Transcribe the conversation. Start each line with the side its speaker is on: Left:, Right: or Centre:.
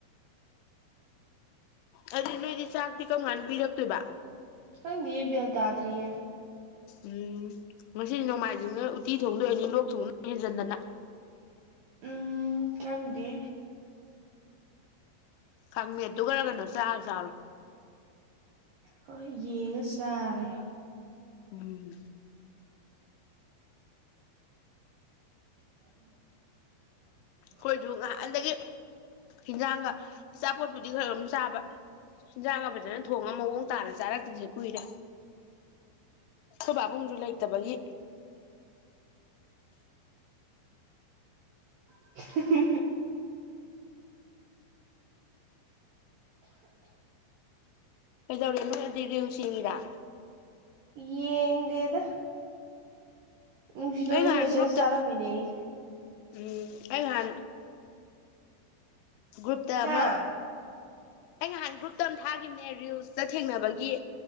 Left: ꯑꯗꯨꯗꯤ ꯅꯣꯏꯗꯤ ꯆꯥꯛꯇꯤ ꯀꯔꯝ ꯀꯥꯟ ꯄꯤꯔꯛꯇꯣꯏꯕ
Right: ꯈꯪꯗꯤ ꯕꯦꯜ ꯇꯥꯗ꯭ꯔꯤꯌꯦ꯫
Left: ꯎꯝ ꯉꯁꯤꯗꯤ ꯅꯣꯡꯃꯥꯏꯖꯤꯡꯅ ꯎꯇꯤ ꯊꯣꯡꯗꯣꯏꯅꯤ ꯂꯣꯛ ꯊꯨꯡ ꯍꯦꯟꯖꯟꯗꯅ
Right: ꯎꯝ ꯀꯪꯗꯤ꯫
Left: ꯈꯪꯃꯦ ꯑꯗꯨꯒ ꯀꯩꯅꯣ ꯆꯥꯔ ꯆꯥꯔꯣ
Right: ꯍꯣꯏ ꯌꯦꯡꯉ ꯆꯥꯔꯦ꯫
Left: ꯎꯝ
Right: <inaudible>
Left: ꯑꯩꯈꯣꯏꯁꯨ ꯉꯍꯥꯟꯗꯒꯤ ꯏꯟꯖꯥꯡꯒ ꯏꯆꯥꯄꯣꯠꯄꯨꯗꯤ ꯈꯔ ꯑꯗꯨꯝ ꯆꯥꯕ ꯍꯤꯟꯖꯥꯡꯒ ꯐꯖꯅ ꯊꯣꯡꯉ ꯃꯑꯣꯡ ꯇꯥꯅ ꯆꯥꯔꯛꯇ꯭ꯁꯦ ꯀꯨꯏꯔꯦ꯫ ꯑꯈꯣꯏ ꯄꯥꯕꯨꯡꯁꯨ ꯂꯩꯇꯕꯒꯤ꯫
Right: <unintelligible>
Left: ꯀꯩꯗꯧꯔꯦ ꯅꯣꯏ ꯗꯤꯜꯁꯤꯡꯒꯤꯔ
Right: ꯌꯦꯡꯗꯤꯗ꯫ ꯅꯨꯡꯁꯤꯗꯣꯏꯗꯝ
Left: ꯑꯩ ꯅꯍꯥꯟ
Right: ꯃꯦꯁꯦꯁ
Left: ꯒ꯭ꯔꯨꯞꯇ
Right: ꯊꯥꯔꯝꯃꯤꯅꯦ ꯑꯩ
Left: ꯎꯝ ꯑꯩ ꯅꯍꯥꯟ ꯒ꯭ꯔꯨꯞꯇ
Right: ꯍꯥ
Left: ꯑꯃ
Right: <inaudible>
Left: ꯑꯩ ꯅꯍꯥꯟ ꯒ꯭ꯔꯨꯞꯇ ꯑꯃ ꯊꯥꯒꯤꯅꯦ ꯔꯤꯜꯁꯇ ꯊꯦꯡꯅꯕꯒꯤ